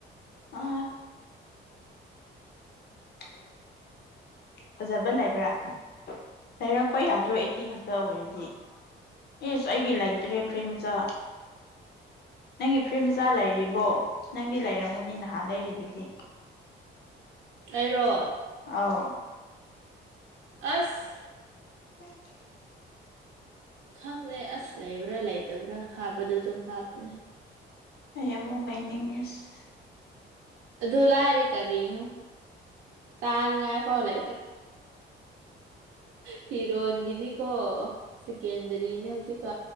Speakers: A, on the left; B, on the right.
A: ꯑ ꯑ ꯐꯖꯕ ꯂꯩꯕ꯭ꯔꯥ ꯂꯩꯔꯛꯄ ꯌꯥꯗ꯭ꯔꯣ ꯑꯦꯇꯤ ꯈꯛꯇ ꯑꯣꯏꯔꯗꯤ ꯑꯦꯁ ꯑꯩꯒꯤ ꯂꯩꯇ꯭ꯔꯦ ꯐ꯭ꯔꯤꯃꯆꯥ ꯅꯪꯒꯤ ꯐ꯭ꯔꯤ ꯃꯆꯥ ꯂꯩꯔꯤꯕꯣ ꯅꯪꯗꯤ ꯂꯩꯔꯝꯒꯅꯤ ꯅꯍꯥꯟ ꯂꯩꯔꯤꯗꯨꯗꯤ
B: ꯑꯩꯔꯣ
A: ꯑꯧ
B: ꯑꯁ
A: ꯎꯝ
B: ꯈꯪꯗꯦ ꯑꯁ ꯂꯩꯕ꯭ꯔꯥ ꯂꯩꯇꯕ꯭ꯔꯥ ꯍꯥꯞꯄꯗꯣ ꯑꯗꯨꯝ ꯍꯥꯞꯄꯅꯦ
A: ꯑꯩ ꯑꯃꯨꯛ ꯂꯩꯅꯤꯡꯉꯁ
B: ꯣꯂꯔꯦ ꯀꯔꯤꯅꯣ ꯁꯥꯟꯅ ꯉꯥꯏ ꯐꯥꯎ ꯂ ꯐꯤꯔꯣꯟꯒꯤꯗꯤꯀꯣ ꯁꯦꯀꯦꯟꯗꯔꯤ ꯅ꯭ꯌ ꯍꯧꯖꯤꯀ